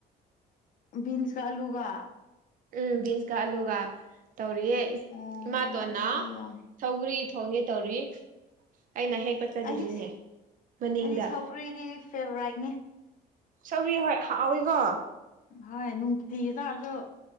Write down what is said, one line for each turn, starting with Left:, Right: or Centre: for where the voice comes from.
Left: ꯕꯤꯟꯁ ꯀ ꯑꯜꯂꯨꯒ
Right: ꯎꯝ ꯕꯤꯟꯁꯀ ꯑꯂꯨꯒ ꯇꯧꯔꯤꯌꯦ
Left: ꯑꯣ
Right: ꯏꯃꯥꯇꯣꯟꯅ
Left: ꯑꯗꯨꯗꯤ ꯌꯥꯝ
Right: ꯁꯧꯒ꯭ꯔꯤ ꯊꯣꯡꯒꯦ ꯇꯧꯔꯤ ꯑꯩꯅ ꯍꯦꯛꯄ ꯆꯠꯂꯤꯅꯤꯅꯦ
Left: ꯑꯩꯗꯤ
Right: ꯃꯅꯤꯡꯗ
Left: ꯑꯩꯗꯤ ꯁꯧꯒ꯭ꯔꯤꯗꯤ ꯐꯦꯕꯣꯔꯥꯏꯠꯅꯤ
Right: ꯁꯧꯒ꯭ꯔꯤ ꯍꯣꯏ ꯍꯥꯎꯋꯤꯒꯣ
Left: ꯍꯣꯏ ꯅꯨꯡꯇꯤꯒꯤ ꯆꯥꯔꯁꯨ